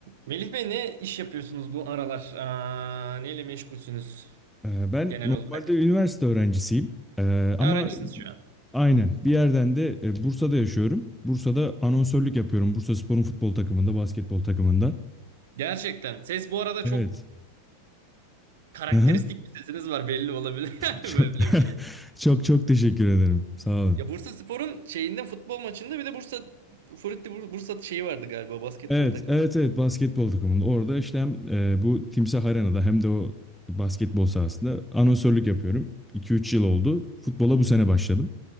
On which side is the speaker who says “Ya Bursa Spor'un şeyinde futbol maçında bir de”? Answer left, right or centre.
Right